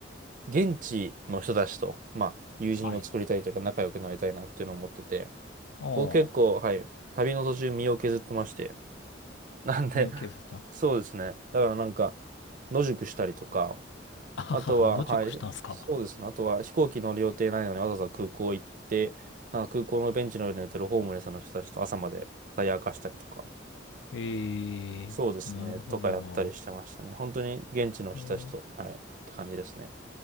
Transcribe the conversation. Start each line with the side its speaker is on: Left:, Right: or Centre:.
Right: 現地の人たちと、まあ、友人を作りたいというか仲良くなりたいなっていうのを思ってて、
Left: あ、はい。ああ、
Right: 僕結構、はい、旅の途中身を削ってまして。なんで、
Left: 身を削った。
Right: <laughs> そうですね。だからなんか、野宿したりとか、
Left: あはは、
Right: あとは、
Left: 野宿したんすか。
Right: はい、そうですね。あとは飛行機乗る予定ないのにわざわざ空港行って、なんか空港のベンチの上で寝てるホームレスの人たちと朝まで語り明かしたりとか、
Left: ええ、
Right: そうですね。
Left: なるほど。
Right: とかやったりしてましたね。本当に現地の人たちと、
Left: え
Right: はい、って感じですね。